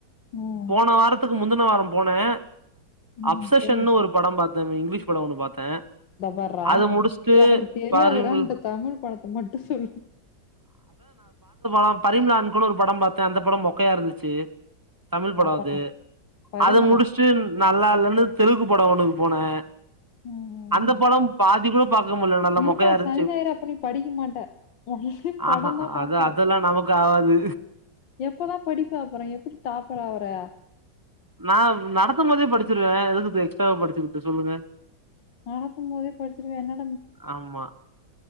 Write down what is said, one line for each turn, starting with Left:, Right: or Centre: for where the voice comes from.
Left: ம்
Right: போன வாரத்துக்கு முந்துன ட்ட வாரோ போனே
Left: ம்
Right: அப்சஷஷன்னு
Left: சொல்லு
Right: ஒரு படம் பாத் தன்னு இங்கிலீஷ் படோ ஒன்னு பாத்தே
Left: இதபார்ரா
Right: அத முடிச்சுட்டு
Left: எனக்கு தெரியாதுதான்ட்டு
Right: பரிம்ள்
Left: தமிழ் படத்த மட்டு சொல்லு
Right: ஆ பரிம்லா அன் கோனு ஒரு படோ பாத்தே அந்த படோ மொக்கையா இருந்துச்சி தமிழ் படம்
Left: அப்பனா
Right: அது
Left: பரிமளம்
Right: அத முடிச்சிட்டு நல்லா இல்லன்னு தெலுக்கு படோ ஒண்ணுக்கு போனே
Left: ம்
Right: அந்த படம் பாதி கூட பாக்க முடில நல்லா
Left: ஏடா
Right: மொக்கையா இருந்துச்சு
Left: சனி ஞாயிரு அப்ப நீ படிக்க மாட்ட உடனே படோ
Right: ஆஹா
Left: தா பாப்ப
Right: அது அதெல்லா நமக்கு ஆவாது
Left: எப்பதா படிப்ப அப்புறோ எப்பிடி டாப்பறா ஆவ பிரயா
Right: நா நடத்துபோதே படிச்சிருவே எதுக்கு எக்ஸ்ட்ராவ படிச்சிகிட்டு சொல்லுங்க
Left: நாடத்தும் போதே படிச்சிருவ என்ன
Right: ஆமா